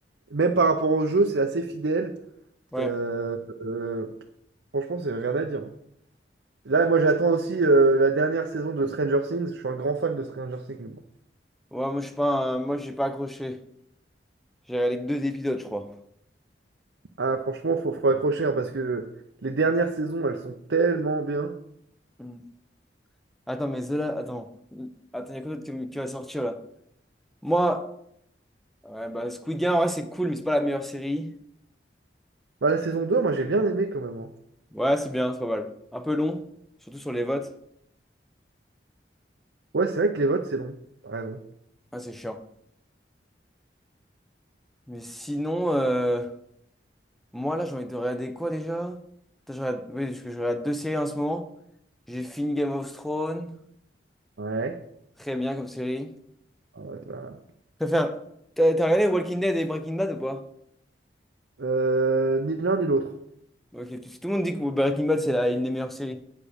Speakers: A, on the right; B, in the centre.
A: Même par rapport au jeu, c'est assez fidèle.
B: Ouais,
A: Euh, euh, franchement, c'est rien à dire. Là, moi j'attends aussi euh, la dernière saison de Stranger Things. Je suis un grand fan de Stranger Things. moi.
B: moi, je suis pas un- moi, j'ai pas accroché. J'ai regardé que deux épisodes, je crois.
A: Ah, franchement, faut, faut accrocher hein, parce que les dernières saisons, elles sont tellement bien.
B: Hmm. Attends, mais Zola, attends. Attends, il y a quoi d'autre qui, qui va sortir, là? Moi, ouais, bah, Squid Game, ouais, c'est cool, mais c'est pas la meilleure série.
A: Bah, la saison 2 moi j'ai bien aimé quand même. hein.
B: Ouais, c'est bien, c'est pas mal. Un peu long, surtout sur les votes.
A: Ouais, c'est vrai que les votes, c'est long. T'as raison.
B: Ah, c'est chiant. Mais sinon, euh, Moi, là, j'ai envie de regarder quoi déjà? Putain, Je regarde... Oui, parce que je regarde deux séries en ce moment. J'ai fini Game of Thrones.
A: Ouais.
B: Très bien comme série.
A: Ah bah, ça-
B: Je Préfère... T'as t'as regardé Walking Dead et Breaking Bad ou pas?
A: Euh, ni l'un ni l'autre.
B: Ok, tout, tout le monde dit que Breaking Bad, c'est la- une des meilleures séries.